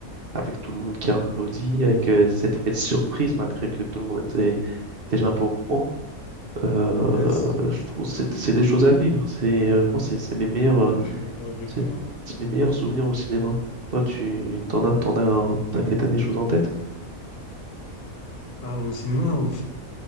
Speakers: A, on the right; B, on the left.
A: avec tout le monde qui applaudit, avec euh, cet effet de surprise, malgré que tout le monde était déjà un peu au courant, euh,
B: Yes.
A: je trouve que c'est c'est des choses à vivre. C'est, euh, moi, c'est c'est mes meilleurs, euh,
B: Non, je suis d'accord avec
A: c'est
B: toi.
A: c'est mes meilleurs souvenirs au cinéma. Toi, tu t'en as, t'en as, un- t'as t'as des choses en tête?
B: Ah, au cinéma, au-